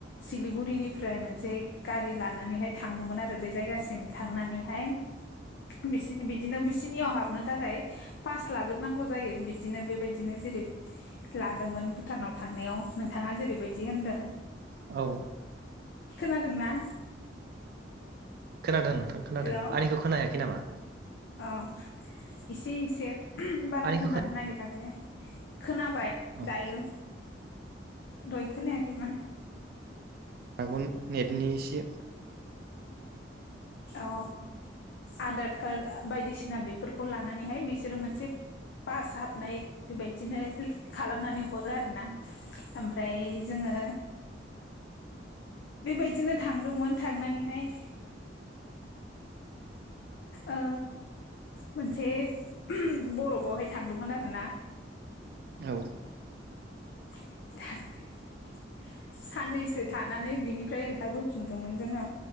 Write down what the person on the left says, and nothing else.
सिलिगुरिनिफ्राय मोनसे गारि लानानैहाय थांदोंमोन आरो बे जायगासिम थांनानैहाय बिसि बिदिनो बिसिनियाव हाबनो थाखाय पास लाग्रोनांगौ जायो बिदिनो बेबायदिनो जेरै लादोंमोन भुटानाव थांनायाव नोंथाङा जेरैबायदि होनदों।
खोनादोंना?
हेलौ
अ इसे एसे बारा
खोनानो
नागिराखै। <inaudible> खोनाबाय
दायो। दहाय खोनायखै मोन।
औ आधाद कार्ड बायदिसिना बेफोरखौ लानानैहाय बिसोरो मोनसे पास हाबनाय बेबायदिनो खालामनानै हरो आरो ना ओमफ्राय जोङो बेबायदिनो थांदोंमोन थांनानैहाय ओ मोनसे बरफावहाय थांदोंमोन आरोना।
<inaudible> साननैसो थानानै बिनिफ्राय ओंखारबोफिनदोंमोन जोङो।